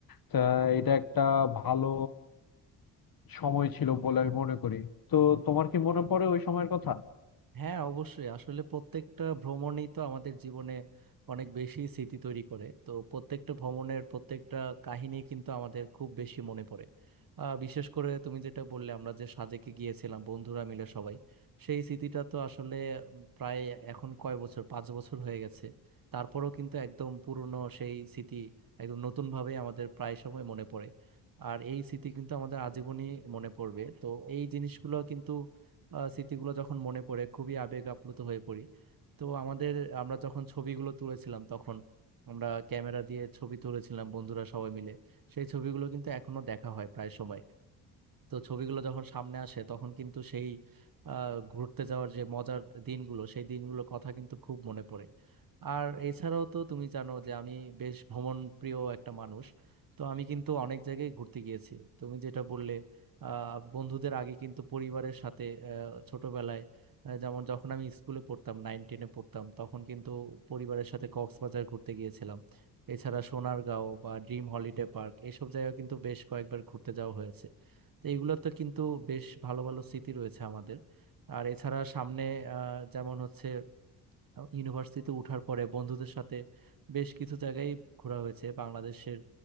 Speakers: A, on the left (about 50°); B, on the right (about 45°).
A: তা এটা একটা ভালো সময় ছিল বলে আমি মনে করি তো তোমার কি মনে পড়ে ওই সময়ের কথা
B: হ্যাঁ অবশ্যই আসলে প্রত্যেকটা ভ্রমণই তো আমাদের জীবনে অনেক বেশি স্মৃতি তৈরি করে তো প্রত্যেকটা ভ্রমণের প্রত্যেকটা কাহিনী কিন্তু আমাদের খুব বেশি মনে পড়ে আহ, বিশেষ করে তুমি যেটা বললে আমরা যে সাজেকে গিয়েছিলাম বন্ধুরা মিলে সবাই সেই স্মৃতিটা তো আসলে উম, প্রায় এখন কয় বছর পাঁচ বছর হয়ে গেছে তারপরেও কিন্তু একদম পুরনো সেই স্মৃতি একদম নতুন ভাবে আমাদের প্রায় সময় মনে পড়ে আর এই স্মৃতি কিন্তু আমাদের আজীবনই মনে পড়বে তো এই জিনিসগুলো কিন্তু আহ, স্মৃতিগুলো যখন মনে পড়ে খুবই আবেগ আপ্লুত হয়ে পড়ি তো আমাদের আমরা যখন ছবিগুলো তুলেছিলাম তখন আমরা ক্যামেরা দিয়ে ছবি তুলেছিলাম বন্ধুরা সবাই মিলে সেই ছবিগুলো কিন্তু এখনো দেখা হয় প্রায় সময় তো ছবিগুলো যখন সামনে আসে তখন কিন্তু সেই আহ, ঘুরতে যাওয়ার যে মজার দিনগুলো সেই দিনগুলোর কথা কিন্তু খুব মনে পড়ে আর এছাড়াও তো তুমি জানো যে আমি বেশ ভ্রমণ প্রিয় একটা মানুষ তো আমি কিন্তু অনেক জায়গায় ঘুরতে গিয়েছি তুমি যেটা বললে আহ, বন্ধুদের আগে কিন্তু পরিবারের সাথে আহ, ছোটবেলায় আহ, যেমন যখন আমি স্কুলে পড়তাম নাইন টেনে পড়তাম তখন কিন্তু পরিবারের সাথে কক্সবাজার ঘুরতে গিয়েছিলাম এছাড়া সোনারগাঁও বা ড্রিম হলিডে পার্ক এইসব জায়গায় কিন্তু বেশ কয়েকবার ঘুরতে যাওয়া হয়েছে তো এগুলোতে কিন্তু বেশ ভালো ভালো স্মৃতি রয়েছে আমাদের আর এছাড়া সামনে আহ, যেমন হচ্ছে ইউনিভার্সিটিতে ওঠার পরে বন্ধুদের সাথে বেশ কিছু জায়গায় ঘোরা হয়েছে বাংলাদেশের